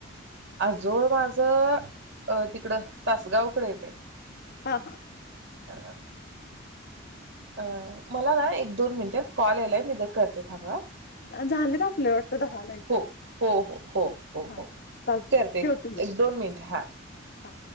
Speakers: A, on the right; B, on the left.
A: आजोळ माझ अ तिकडं तासगावकडे येतय
B: हा, हा
A: ह अ, मला ना एक दोन मिनटं कॉल आलाय मी जर करते थांबा? हा
B: झालेत आपले वाटतं दहा मिनिटं.
A: हो, हो, हो, हो, हो,
B: हा.
A: हो
B: चालतंय
A: करते
B: ठेवते मग.
A: एक दोन मिनटं हा
B: हा